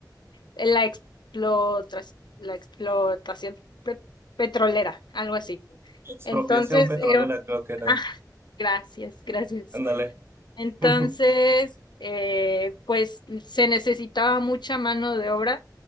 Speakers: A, on the left; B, on the right.
A: la explotas- la explotación pe- petrolera, algo así.
B: Expropiación
A: Entonces,
B: petrolera,
A: era-
B: creo que era.
A: ah, gracias, gracias.
B: Ándale.
A: Entonces,
B: <laughs>
A: eh, pues se necesitaba mucha mano de obra